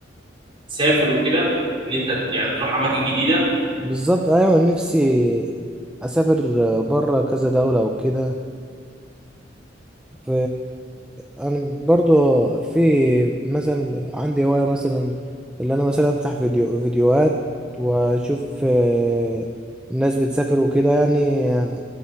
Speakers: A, on the right; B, in the centre.
A: تسافر وكده إن أنت يعني تروح أماكن جديدة
B: بالظبط ايوه نفسي اسافر بره كذا دوله وكده ف انا برضو في مثلا عندي هوايه مثلا اللي انا مثلا افتح فيديو فيديوهات واشوف آه، الناس بتسافر وكده يعني آه،